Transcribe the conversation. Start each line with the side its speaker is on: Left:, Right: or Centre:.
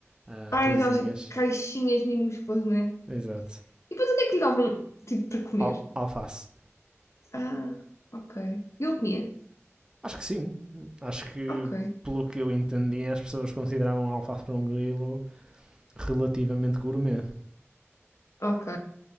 Right: ah,
Left: Ai,
Right: casinhas.
Left: aquelas caixinhas minúsculas, né?
Right: Exato.
Left: E depois o que é que lhe davam, tipo, para comer?
Right: Al- alface.
Left: Ah, ok. Ele comia?
Right: Acho que sim. Acho que,
Left: Ok,
Right: pelo que eu entendi, as pessoas consideravam alface para um grilo relativamente gourmet.
Left: ok.